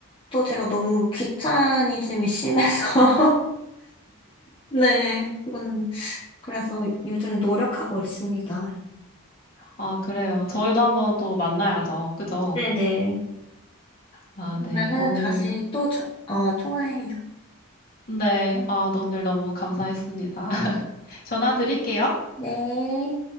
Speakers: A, on the left (about 25°); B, on the left (about 45°).
A: 또 제가 너무 귀차니즘이 심해서 <laughs> 네, 그건 그래서 요즘 노력하고 있습니다.
B: 아, 그래요. 저희도 한번 또 만나야죠. 그죠?
A: 네네.
B: 아,
A: 그러면은
B: 네. 오늘,
A: 다시 또 저- 어, 통화해요.
B: 네. 아, 오늘 너무 감사했습니다. <laughs> 전화 드릴게요.
A: 네.